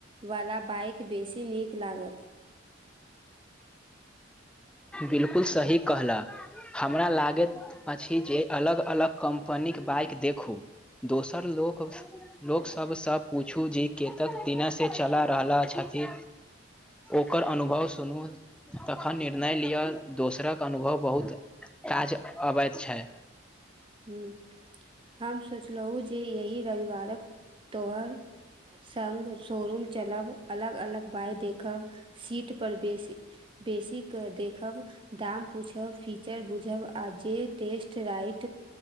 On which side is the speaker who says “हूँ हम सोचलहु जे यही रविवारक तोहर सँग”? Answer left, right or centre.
Right